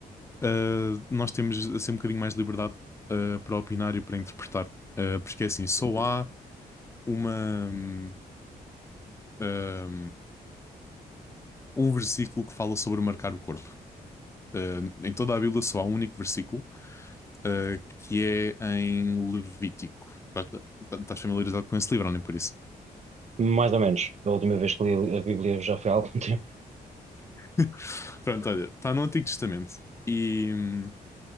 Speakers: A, on the left (about 15°); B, on the right (about 40°).
A: ah, nós temos assim um bocadinho mais de liberdade ah, para opinar e para interpretar. Ah, porque é assim, só há uma, hum, ah, um versículo que fala sobre marcar o corpo. Ah, em toda a Bíblia só há um único versículo eh, que é em Levítico. Pá, tá- pá, Estás familiarizado com esse livro, ou nem por isso?
B: Mais ou menos. A última vez que li a Bíblia já foi há algum <laughs> tempo.
A: <laughs> Pronto, olha, está no Antigo Testamento e, hum,